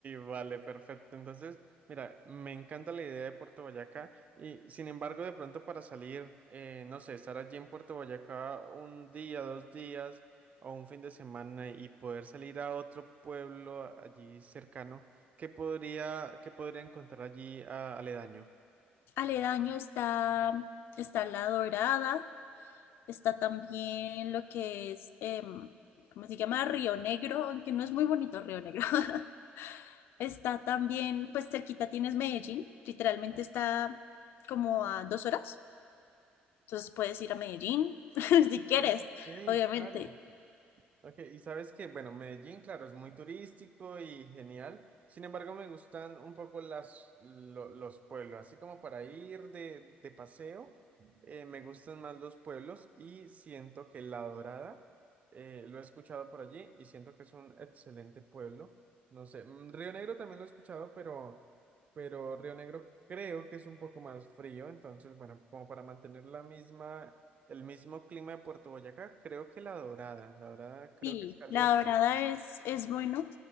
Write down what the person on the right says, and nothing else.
vale, perfecto. Entonces, mira, me encanta la idea de Puerto Boyacá y sin embargo, de pronto para salir, eh, no sé, estar allí en Puerto Boyacá un día, dos días o un fin de semana y poder salir a otro pueblo allí cercano, ¿qué podría, qué podría encontrar allí a- aledaño?
Ah, ok,
claro. Ok, y sabes que, bueno, Medellín, claro, es muy turístico y genial. Sin embargo, me gustan un poco las, lo- los pueblos, así como para ir de, de paseo, eh, me gustan más los pueblos y siento que La Dorada, eh, lo he escuchado por allí y siento que es un excelente pueblo. No sé, mm, Río Negro también lo he escuchado, pero, pero Río Negro creo que es un poco más frío, entonces, bueno, como para mantener la misma el mismo clima de Puerto Boyacá, creo que La Dorada. La Dorada creo
que es caliente.